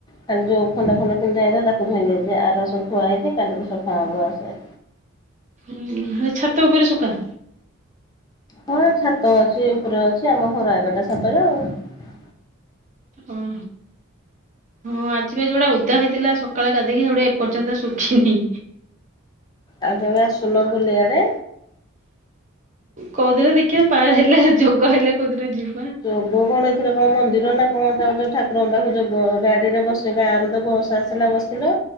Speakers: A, on the left (about 20°); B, on the right (about 35°).
A: ଖାଲି ଯୋଉ ଖଣ୍ଡା ଖଣ୍ଡ ପିନ୍ଧା ହେଇଏ ତାକୁ ଧୋଇ ଯାଇ ଆର ସବୁ ଠଆ ହେଇଛି କାଲିକୁ ସଫା ହବ ୱାସେ।
B: ଉ ଛାତ ଉପରେ ସୁକା।
A: ହଁ ଛାତ ଅଛି ଉପରେ ଅଛି ଆମ ଘର ଏଗଟା ଛାତରେ ଆଉ।
B: ଓହୋ ହଁ ଆଜିିବ ଯୋଉଟା ଉଦା ହେଇଥିଲା ସକାଳେ ଗାଧିକି ସେଉଟା ଏପର୍ଯ୍ୟନ୍ତ ଶୁଖିନି।
A: ଆଉ କେବେ ଆସୁଲ ବୁଲିଆଡେ?
B: କୋଉଦିନ ଦେଖିବା ପା ହେଲେ ଯୋଗ ହେଲେ କୋଉଦିନ ଯିବ
A: ଯୋଗ କଣ ଏଇଥିରେ କଣ ମନ୍ଦିର ନା କଣ ଯାଉଛ ଠାକୁରଙ୍କ ପାଖରେ ଯୋଗ ଗାଡିରେ ବସ ଗାଁ ରରେ ତ ବସ ଆସିଲା ବସିଲ